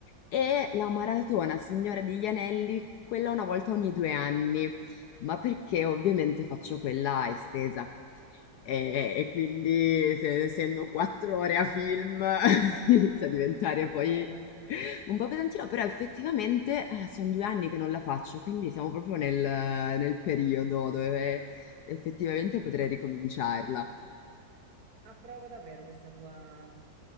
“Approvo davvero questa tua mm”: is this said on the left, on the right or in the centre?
Right